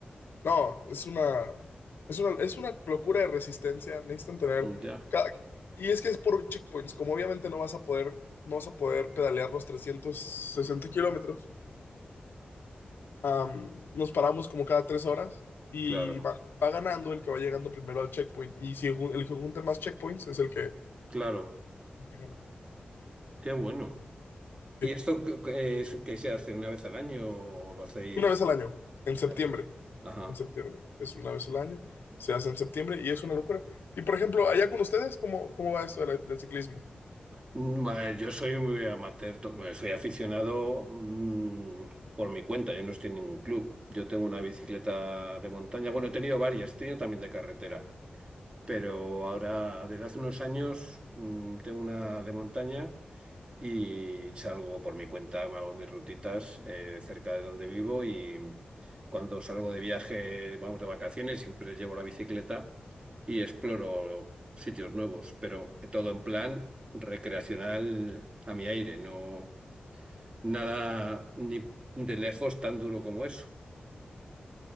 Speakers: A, on the left; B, on the right.
A: no, es una, es una, es una locura de resistencia, necesitan tener
B: Ya,
A: cada- y es que es por checkpoints, como obviamente no vas a poder, no vas a poder pedalear los 360 kilómetros, am, nos paramos como cada tres horas y
B: claro,
A: va, va ganando el que va llegando primero al checkpoint, y si jun- el que junta más checkpoints es el que, el
B: claro.
A: que gana.
B: Qué bueno. ¿Y
A: Sí.
B: esto que que es, que se hace una vez al año o lo hacéis?
A: Una vez al año, en septiembre,
B: Maestra. Ajá.
A: en septiembre, es una vez al año, se hace en septiembre y es una locura. Y por ejemplo, allá con ustedes, ¿cómo, cómo va esto de la- del ciclismo?
B: Mm, a ver, Yo soy muy amateur, to- bueno, soy aficionado mm, por mi cuenta, yo no estoy en ningún club. Yo tengo una bicicleta de montaña, bueno, he tenido varias, he tenido también de carretera, pero ahora desde hace unos años mm, tengo una de montaña y salgo por mi cuenta, me hago mis rutitas eh, cerca de donde vivo y cuando salgo de viaje, vamos de vacaciones, siempre llevo la bicicleta y exploro sitios nuevos, pero todo en plan recreacional a mi aire, no nada ni de lejos tan duro como eso.